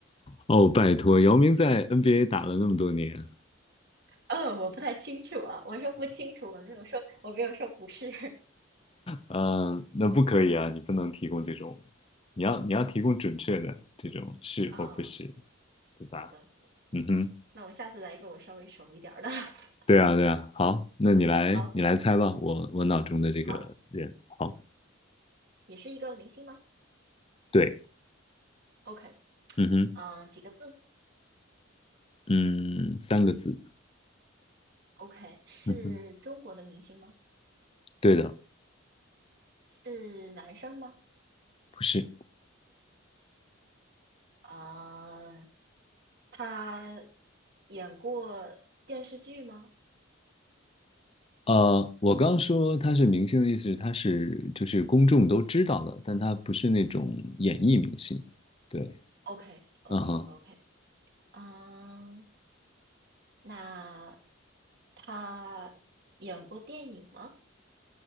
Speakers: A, on the left; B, on the right.
A: 哦，拜托，姚明在 NBA 打了那么多年，
B: 呃、我不太清楚啊，我说不清楚，我没有说我没有说不是。
A: 嗯，呃那不可以啊，你不能提供这种，你要你要提供准确的这种是或不是，
B: 嗯，
A: 对吧？
B: 好的，
A: 嗯哼，
B: 那我下次来一个我稍微熟一点儿的。<laughs>
A: 对啊，对啊。好，那你来，
B: 好，
A: 你来猜吧。我我脑中的这个人，
B: 好，
A: 好，
B: 也是一个明星吗
A: 对，
B: ？OK，
A: 嗯哼，
B: 嗯，几个字
A: 嗯，三个字，
B: ？OK，是中国的明星吗？
A: 嗯哼，对的，
B: 是男生吗？
A: 不是，
B: 嗯，他演过电视剧吗
A: 呃，我刚刚说他是明星的意思是他是就是公众都知道的，但他不是那种演艺明星。对，
B: ？OK，OK，OK，
A: 嗯哼，
B: 嗯，那他演过电影吗？